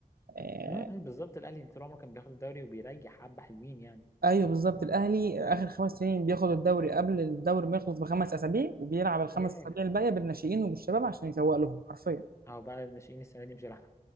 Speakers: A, on the right; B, on the left.
A: آه،
B: أمم، بالظبط الأهلي طول عمره كان بياخد الدوري وبيريح حبة حلوين يعني
A: ايوه بالظبط الاهلي اخر خمس سنين بياخد الدوري قبل الدوري ما يخلص بخمس اسابيع وبيلعب الخمس
B: هو يريح
A: اسابيع الباقيه بالناشئين وبالشباب عشان يسوق لهم حرفيا
B: أهو بقى الناشئين السنة دي مش هيلعبوا